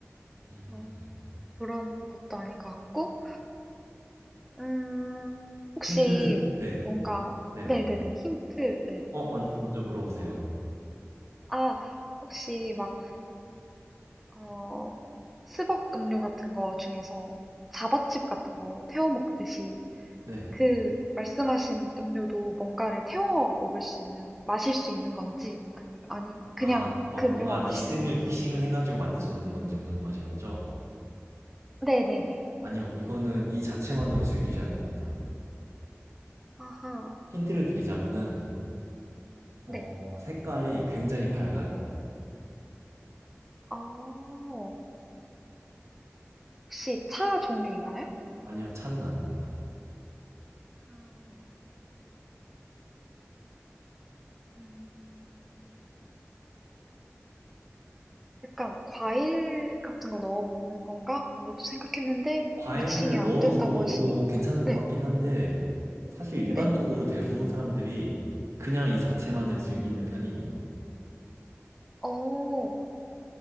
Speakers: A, on the right; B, in the centre.
A: 음.
B: <laughs> 어, 그런 것도 아닌 것 같고, 음, 혹시
A: 힌트를, 네,
B: 뭔가,
A: 네네.
B: 네네네, 힌트, 네네.
A: 어, 먼- 먼저 물어보세요.
B: 아, 혹시 막, 어, 스벅 음료 같은 거 중에서 자바칩 같은 거 태워 먹듯이
A: 네.
B: 그 말씀하신 음료도 뭔가를 태워 먹을 수 있는, 마실 수 있는 건지, 아니면, 아닌, 그냥
A: 아 막
B: 그 음료만
A: 뭔가 믹싱을
B: 마시는 건지.
A: 믹싱을 해 가지고 만들 수 있는 건지 궁금하신 거죠?
B: 네네네.
A: 아니요. 이거는 이 자체만으로 즐기셔야 됩니다.
B: 아하,
A: 힌트를 드리자면은 어
B: 네.
A: 색깔이 굉장히 밝아요.
B: 어, 혹시 차 종류인가요?
A: 아니요. 차는 아닙니다.
B: 음, 음, 약간 과일 같은 거 넣어 먹는 건가? 라고도 생각했는데,
A: 과일을
B: 믹싱이 안
A: 넣어서
B: 된다고
A: 먹어도
B: 하시니까.
A: 괜찮을
B: 네,
A: 것 같긴 한데 사실 일반적으로
B: 네.
A: 대부분 사람들이 그냥 이 자체만을 즐기는 편이에요.
B: 어, 어,